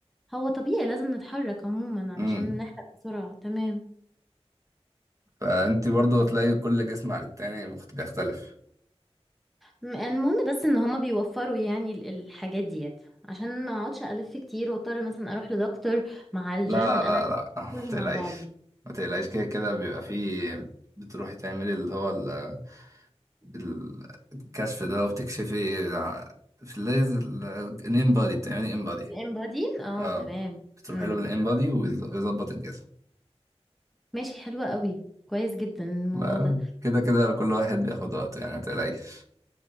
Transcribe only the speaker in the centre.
هو طبيعي لازم نتحرك عموما علشان
نحرق بسرعة تمام
م- المهم بس ان هما بيوفروا يعني ال- الحاجات ديت عشان ما اقعدش الف كتير واضطر مثلا اروح لدكتور مع الجيم
انا عايزة
كله
مع بعضه
الامبادين اه
تمام
امم
ماشي حلوة قوي كويس جدا الموضوع
ده